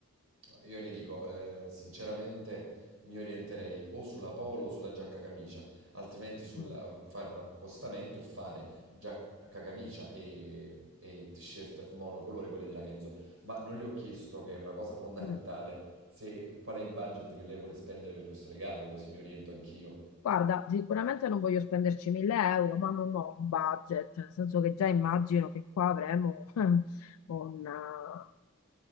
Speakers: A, on the right; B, on the left.
A: No, Io le dico, eh, sinceramente mi orienterei o sulla polo o sulla giacca camicia, altrimenti sul
B: Mm,
A: fare un accostamento e fare giacca camicia e, e t-shirt monocolore, quelle della Kenzo. Ma non le ho chiesto, che è una cosa fondamentale,
B: mm.
A: se, qual è il budget che lei vuole spendere per questo regalo, così mi oriento anch'io.
B: Guarda, sicuramente non voglio spenderci 1000 euro, ma non ho un budget, nel senso che già immagino che qua avremo <laughs> un... eh,